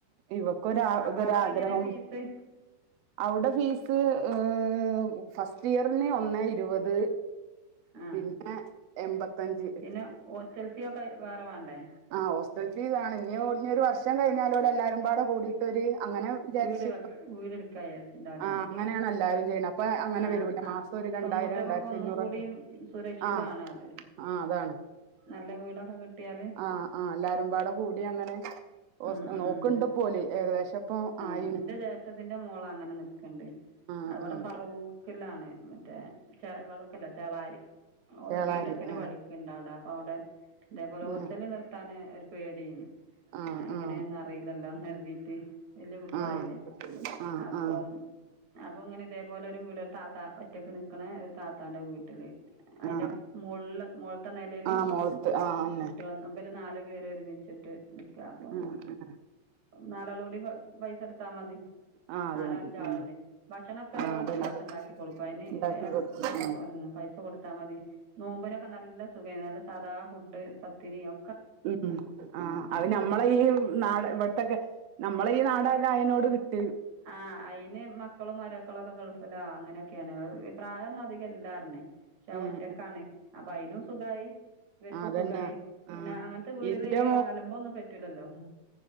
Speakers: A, on the right (about 75°); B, on the right (about 55°).
A: ഇവക്കൊരാ
B: അപ്പൊ
A: ഇതൊരാഗ്രഹം
B: അവിടെ എങ്ങനെ ഫീസ്
A: അവിടെ ഫീസ് ഏ ഫസ്റ്റ് ഇയറിന് ഒന്നേ ഇരുപത്
B: ആഹ്
A: പിന്നെ എൺമ്പത്തഞ്ച് വച്ചിട്ട്
B: പിന്നെ ഹോസ്റ്റൽ ഫീ ഒക്കെ വേറെ വാണ്ടേ
A: ആഹ് ഹോസ്റ്റൽ ഫീസാണ് ഇഞ്ഞി ഇഞ്ഞൊരു വർഷം കഴിഞ്ഞാല് ഓലെല്ലാരുംമ്പാടെ കൂടീട്ടൊരി അങ്ങനെ വിചാരിച്ച്
B: വീട് വെക്ക വീട് എടുക്കാ വിചാരിച്ചിണ്ടാവുല്ലേ
A: ആ <unintelligible> അങ്ങനെയാണ് എല്ലാരും ചെയ്യുന്നത് അപ്പോ അങ്ങനെ
B: ആഹ്
A: വരൂല മാസ രണ്ടായിരം
B: പെൺകുട്ടികൾക്കൊക്കെ
A: രണ്ടായിരത്തി
B: ഒന്നും
A: അഞ്ഞൂറൊക്കെ
B: കൂടിയും സുരക്ഷിതാണ്
A: ആഹ്
B: അത്
A: ആ അതാണ്
B: നല്ല വീടൊക്കെ കിട്ടിയാല്
A: ആഹ് ആഹ് എല്ലാരുമ്പാടെ കൂടി അങ്ങനെ
B: ഉം ഉം
A: നോക്കണ്ടപ്പോല് ഏകദേശം ഇപ്പൊ
B: ആഹ്
A: ആയിണ്
B: ഇന്റെ ജ്യേഷ്ഠത്തിന്റെ മോള് അങ്ങനെ നിക്ക്ണ്ട്
A: ആ
B: അവിടെ
A: ആ
B: ഫറൂകിലാണ് മറ്റേ ഫാറൂക്കല്ല ചെളാരി ഓൾ
A: ചേളാരി
B: ബിടെക്കിന്
A: ആ
B: പഠിക്കിണ്ട് അവിടെ അപ്പൊ അവിടെ ഇതേപോലെ
A: ആ
B: ഹോസ്റ്റലിൽ നിർത്താൻഒര് പേടിയ്നിം
A: ആ
B: അങ്ങനെന്നും
A: ആ
B: അറീല്ലല്ലോന്ന് കരതീട്ട് വല്യ കുട്ടളായില്ലേ
A: ആ ആ
B: അപ്പം
A: ആ
B: അപ്പൊ അങ്ങനെ ഇതേപോലെ ഒരു വീട് ഒരു താത്ത ഒറ്റക്ക് നിക്കണേ ഒരു താത്താന്റെ വീട്ടില് അതിന്റെ
A: ആ
B: മോള് തെ നെലേൽ
A: ആ മോള്ത്ത് ആ അന്നെ
B: കുട്ടേൾ ഇവര് നാല്പേര് ഒരുമിച്ചിട്ട് നിക്ക അപ്പം
A: ആ ആ
B: നാലാളൂടി പൈസെടുത്താ മതി
A: ആ അത്
B: നാലോ
A: മതി
B: അഞ്ചോ ആളുണ്ട്
A: ആ
B: ഭക്ഷണൊക്കെ
A: ആഹ് അതന്നെ
B: താത്ത ഉണ്ടാക്കി കൊടുക്കും അതിന്
A: ഉണ്ടാക്കി കൊടുക്കും
B: പൈസ
A: ആഹ്
B: പൈസ കൊട് കൊടുത്താമതി നോമ്പിനൊക്കെ നല്ല സഖയ്നു നല്ല സാദാ ഫുഡ് പത്തിരി ഒ
A: ഉം ആ അത് നമമ്മളെ ഈ നാ ഇവ്ട്ത്തൊക്കെ നമ്മളെ ഈ നാടായിനെകൊണ്ട് കിട്ട
B: ആ അയിന് മക്കളും മരിക്കളും ഒക്കെ ഗൾഫിലാ അങ്ങനെയൊക്കെയാണ് പ്രായൊന്നും അധികം ഇല്ലാർഞ് പക്ഷെ അത്
A: ഉം
B: ഒറ്റക്കാണ് അപ്പൊ അയിനും സുഖായി ഇവർക്കും
A: അതന്നെയാ
B: സുഖായി പിന്നെ
A: ആഹ്
B: അങ്ങനത്തെ വീടില്
A: ഇന്റെ
B: ഈ അലമ്പൊന്നും പറ്റൂലല്ലോ